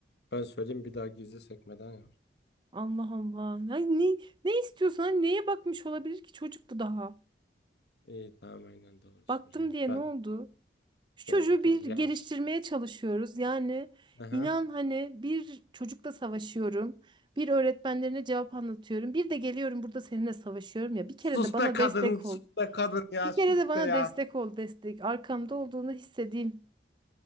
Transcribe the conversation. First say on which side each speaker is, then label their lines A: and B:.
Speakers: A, on the left; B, on the right.
A: Ben söyleyeyim bir daha gizli sekmeden yap.
B: Allah Allah. Ya ne, ne istiyorsan neye bakmış olabilir ki çocuk bu daha?
A: İyi tamam aynen doğru
B: Baktım
A: söylüyorsun.
B: diye
A: Ben
B: ne oldu? Şu çocuğu
A: doğru
B: bir
A: doğru
B: geliştirmeye
A: ya. iş-
B: çalışıyoruz. Yani
A: Aha.
B: inan hani bir çocukla savaşıyorum. Bir öğretmenlerine cevap anlatıyorum. Bir de geliyorum burada seninle savaşıyorum ya. Bir kere
A: Sus
B: de bana
A: be kadın
B: destek
A: sus
B: ol.
A: be kadın ya
B: Bir
A: sus
B: kere de bana
A: be ya.
B: destek ol destek. Arkamda olduğunu hissedeyim.